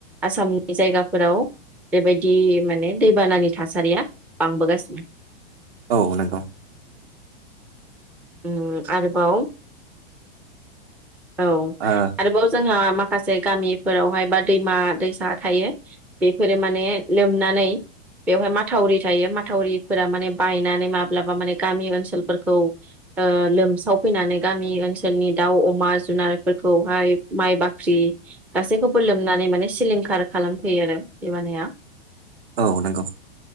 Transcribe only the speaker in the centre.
आसामनि जायगाफोराव बेबायदि माने दैबानानि थासारिया बांबोगासिनो।
उ आरोबाव औ
आरोबाव जोंहा माखासे गामिफोरावहाय बा दैमा दैसा थायो बेफोरो माने लोमनानै बेवहाय माथावरि थायो माथावरिफोरा माने बायनानै माब्लाबा माने गामि ओनसोलफोरखौ ओ लोमसाव फैनानै गामि ओनसोलनि दाउ अमा जुनारफोरखौहाय माइ बाख्रि गासैखौबो लोमनानै माने सिलिंखार खालामफैयो आरो दैबानाया